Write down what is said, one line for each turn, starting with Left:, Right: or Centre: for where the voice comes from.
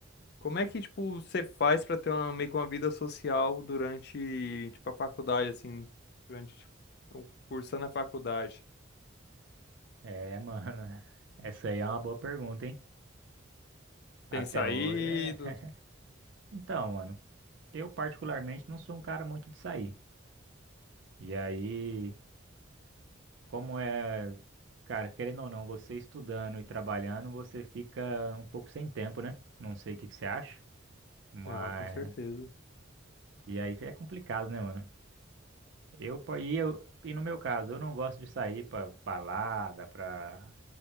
Left: Como é que, tipo, você faz pra ter uma, meio que uma vida social durante, tipo, a faculdade, assim, durante, tipo, cu- cursando a faculdade?
Right: É, <laughs> mano, essa aí é uma boa pergunta, hein? Até
Left: Tem saído?
Right: hoje é. <laughs> Então, mano, eu particularmente não sou um cara muito de sair. E aí, como é. Cara, querendo ou não, você estudando e trabalhando, você fica um pouco sem tempo, né? Não sei o que que você acha, mas.
Left: Ah, com certeza.
Right: E aí é complicado, né, mano? Eu, po- e, eu, e no meu caso, eu não gosto de sair pra balada, pra